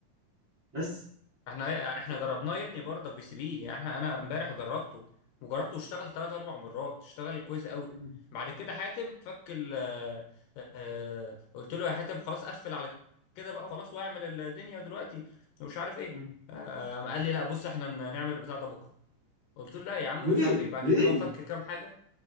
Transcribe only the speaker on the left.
احنا ايه، احنا
جربناه يا ابني برضك بي سي بي يعني احنا- انا امبارح جربته وجربته واشتغل ثلاث اربع مرات اشتغل كويس قوي
بعد كده حاتم فك ال آه، آه، قلت له يا حاتم خلاص قفل على كده بقى خلاص واعمل الدنيا دلوقتي ومش عارف ايه
آه، آه، قام قال لي لا بص احنا نعمل البتاع ده بكره قلت له لا يا عم
مش عارف ايه بعد
كده هو فك كام حاجه